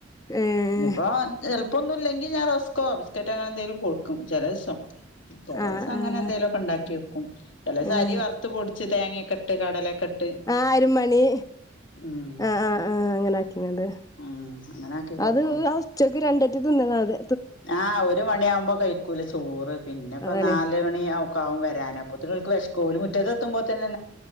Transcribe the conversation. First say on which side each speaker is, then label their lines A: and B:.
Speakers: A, on the left (about 20°); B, on the left (about 80°).
A: ഏഹ്
B: ഇഞ്പ്പോ ചെ അപ്പൊന്നുല്ലെങ്കി ഞാ റസ്ക്കൊ ബിസ്ക്കെറ്റോ അങ്ങനെ എന്തെലും കൊട്ക്കും ചെല ദിസം ചെല
A: ആഹ്
B: <unintelligible> വ് സം അങ്ങനെ
A: ആഹ്
B: എന്തെലൊക്കെ ഇണ്ടാക്കി വെക്കും ചെലവ്സംഅരി
A: ഏഹ്
B: വറുത്ത്പൊടിച്ച് തേങ്ങ്യക്ക്ട്ട് കടലെക്കെട്ട്
A: ആഹ് അരുമണി
B: ഉം
A: അഹ് അഹ് അങ്ങനെ ആക്കിങ്ങാട്ട്
B: ഉം അങ്ങനെ ആക്കി കൊടുക്കും
A: അതു ഉച്ചക്ക് രണ്ട ഇത് ത്തിന്ന്ണാത്
B: ആഹ് ഒരു മണിയാവുമ്പോ കഴിക്കൂല ചോറ് പിന്നെ ഇപ്പം
A: അതാണ്
B: നാല് മണി ഔ ഒക്കെ ആവും വരാന് അപ്പോത്തിനു ഒല്ക്ക് വെശ് കോഴി മുറ്റത്ത് എത്തുമ്പോൾ തന്നേ